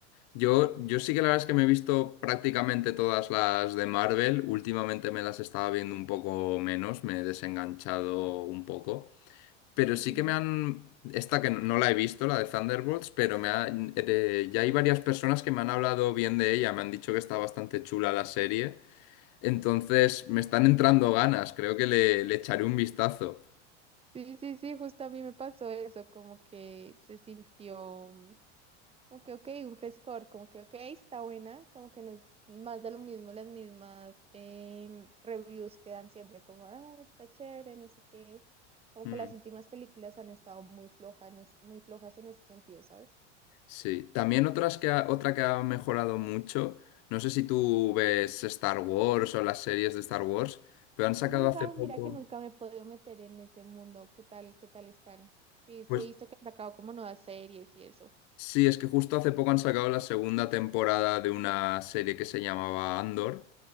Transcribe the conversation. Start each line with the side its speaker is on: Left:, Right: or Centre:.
Left: yo, yo sí que la verdad es que me he visto prácticamente todas las de Marvel. Últimamente me las estaba viendo un poco menos, me he desenganchado un poco. Pero
Right: Ujú.
Left: sí que me han... Esta que no no la he visto, la de Thunderbolts, pero me ha- eh, ya hay varias personas que me han hablado bien de ella, me han dicho que está bastante chula la serie, entonces me están entrando ganas, creo que le, le echaré un vistazo.
Right: Sí, sí, sí, justo a mí me pasó eso, como que se sintió Como que, ok, un frescor, como que, ok, está buena, como que no es más de lo mismo, las mismas em, reviews que dan siempre, como, ah, está chévere, no sé qué. Como
Left: Mm.
Right: que las últimas películas han estado muy flojas, muy flojas en ese sentido, ¿sabes?
Left: Sí, también otras que ha- otra que ha mejorado mucho, no sé si tú ves Star Wars o las series de Star Wars, pero han sacado
Right: Nunca,
Left: hace poco,
Right: mira que nunca me he podido meter en ese mundo, ¿qué tal, qué tal están? Sí, sí
Left: pues
Right: he visto que han sacado como nuevas series y eso.
Left: sí, es que justo hace poco han sacado la segunda temporada de una serie que se llamaba Andor.